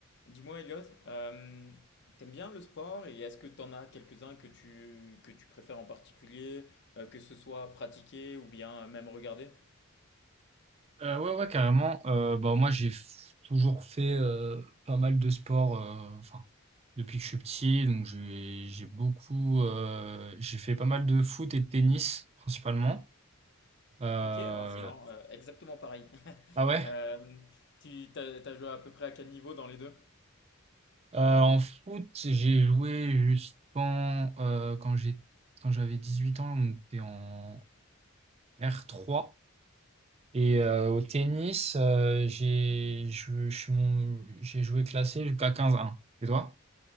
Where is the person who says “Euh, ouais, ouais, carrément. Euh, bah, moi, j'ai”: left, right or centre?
Right